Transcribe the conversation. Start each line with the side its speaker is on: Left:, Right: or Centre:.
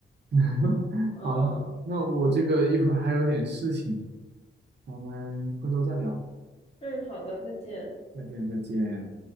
Right: <laughs>
Left: 嗯
Right: 好，那我这个一会儿还有点事情，咱们回头再聊，
Left: 嗯，好的，再见。
Right: 再见，再见。